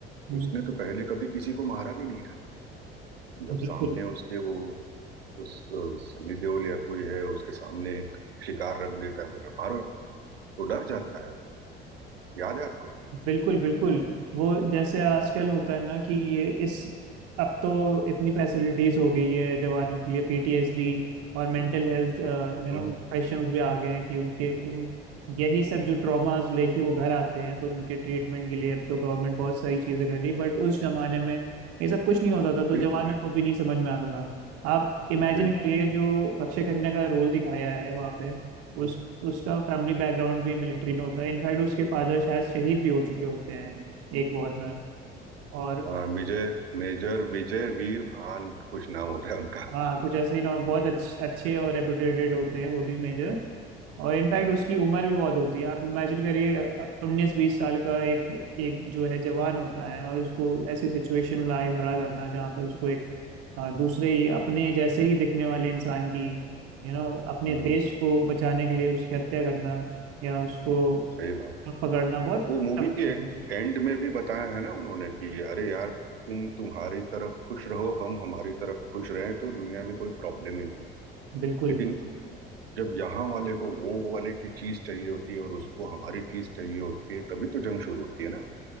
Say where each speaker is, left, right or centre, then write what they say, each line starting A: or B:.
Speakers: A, on the right; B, on the right.
A: हम्म,
B: उसने तो पहले कभी किसी को मारा भी नहीं था जब
A: बिल्कुल
B: सामने उसके वो उस अ, सन्नी देओल या कोई है उसके सामने एक शिकार रख देता है बोला मारो तो डर जाता है वो याद है आपको
A: बिल्कुल बिल्कुल वो जैसे आजकल होता है ना कि ये इस अब तो इतनी फैसिलिटीज हो गई है जवानों के लिए पीटीएसडी और mental health you know
B: हम्म
A: professionals भी आ गए हैं कि उनके उन यही सब जो ट्रॉमास लेके वो घर आते हैं तो उनके ट्रीटमेंट के लिए अब तो गवर्नमेंट बहुत सारी चीजें कर रही है। बट उस जमाने में ये सब कुछ नहीं होता था तो
B: बिल्कुल
A: जवानों
B: नहीं
A: को भी नहीं समझ में आता था आप इमेजिन
B: बिल्कुल
A: करिए जो अक्षय खन्ना का रोल दिखाया है वहाँ पे उस
B: हम्म
A: उसका फैमिली बैकग्राउंड भी मिलिट्री में होता है इनफैक्ट उसके फादर शायद शहीद भी हो चुके होते हैं एक वॉर में और
B: हाँ मेजर मेजर विजय वीर भान कुछ नाम होता है उनका
A: हाँ कुछ ऐसे ही ना बहुत अच्छे अच्छे और रेपुटेटेड होते हैं वो भी मेजर और इनफैक्ट उसकी उम्र भी बहुत होती है आप इमेजिन करिए उन्नीस बीस साल का एक एक जो है जवान होता है और उसको ऐसी सिचुएशन में लाके खड़ा करना जहाँ पर उसको एक अ, दूसरे ही अपने जैसे ही दिखने वाले इंसान की यू you नो know, अपने
B: हम्म
A: देश को बचाने के लिए उसकी हत्या करना या उसको
B: सही बात है
A: और पकड़ना बहुत
B: वो मूवी
A: टफ चीज
B: के
A: होती है
B: एंड में भी बताया है ना उन्होंने कि अरे यार तुम तुम्हारी तरफ खुश रहो हम हमारी तरफ खुश रहें तो दुनिया में कोई प्रॉब्लम ही नहीं होगी
A: बिल्कुल
B: लेकिन
A: बिल्कुल
B: जब यहाँ वाले को वो वाले की चीज चाहिए होती है और उसको हमारी चीज चाहिए होती है तभी तो जंग शुरू होती है ना